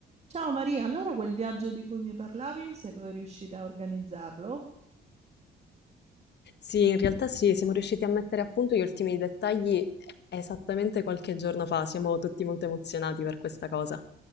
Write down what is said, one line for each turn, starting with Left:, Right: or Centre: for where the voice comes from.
Right: Ciao Maria, allora quel viaggio di cui mi parlavi, sei poi riuscita a organizzarlo?
Left: Sì, in realtà sì, siamo riusciti a mettere a punto gli ultimi dettagli esattamente qualche giorno fa, siamo tutti molto emozionati per questa cosa.